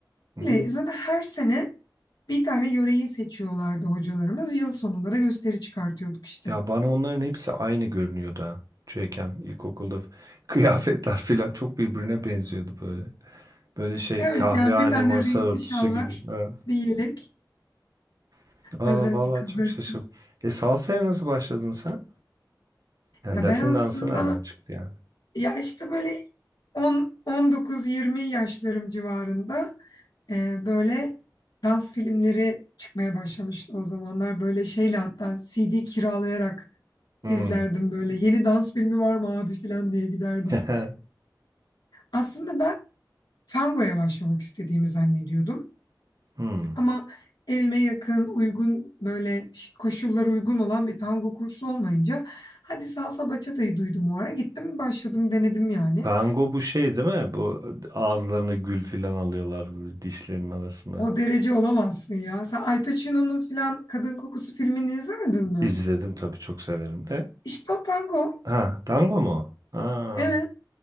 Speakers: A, on the right; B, on the left.
A: Hı.
B: Öyle zaten her sene bir tane yöreyi seçiyorlardı hocalarımız. Yıl sonunda da gösteri çıkartıyorduk işte.
A: Ya bana onların hepsi aynı görünüyordu ha. Çocukken ilkokulda f- <laughs> kıyafetler falan çok birbirine benziyordu böyle. Böyle şey
B: Evet
A: kahvehane
B: yani bir tane
A: masa
B: renkli
A: örtüsü
B: şal
A: gibi.
B: var.
A: Ha.
B: Bir yelek
A: <laughs> Valla
B: özellikle
A: valla
B: kızlar
A: çok şaşırdım.
B: için.
A: E salsaya nasıl başladın sen? Yani
B: Ya
A: Latin
B: ben aslında
A: dansı nereden çıktı yani?
B: ya işte böyle 10 19-20 yaşlarım civarında e, böyle dans filmleri çıkmaya başlamıştı o zamanlar. Böyle şeyle hatta CD kiralayarak
A: Hmm.
B: izlerdim böyle. Yeni dans filmi var mı abi falan diye giderdim.
A: <laughs>
B: Aslında ben tangoya başlamak istediğimi zannediyordum.
A: Hmm.
B: Ama evime yakın, uygun böyle koşullar uygun olan bir tango kursu olmayınca hadi salsa bachata'yı duydum o ara gittim başladım denedim yani.
A: Tango bu şey değil mi? Bu ağızlarına gül filan alıyorlar böyle dişlerinin arasına.
B: O derece olamazsın ya. Sen Al Pacino'nun filan Kadın Kokusu filmini izlemedin mi?
A: İzledim tabii çok severim de.
B: İşte o tango.
A: Ha, tango mu? o? Ha,
B: Evet.